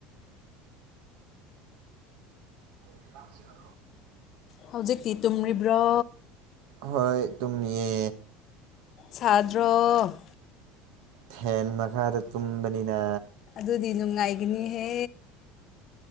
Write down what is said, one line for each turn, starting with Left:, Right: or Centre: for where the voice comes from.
Right: ꯊ
Left: ꯍꯧꯖꯤꯛꯇꯤ ꯇꯨꯝꯔꯤꯕ꯭ꯔꯣ
Right: ꯍꯣꯏ ꯇꯨꯝ ꯌꯦ
Left: ꯁꯥꯗ꯭ꯔꯣ
Right: ꯐꯦꯟ ꯃꯈꯥꯗ ꯇꯨꯝꯕꯅꯤꯅ
Left: ꯑꯗꯨꯗꯤ ꯅꯨꯡꯉꯥꯏꯒꯅꯤꯍꯦ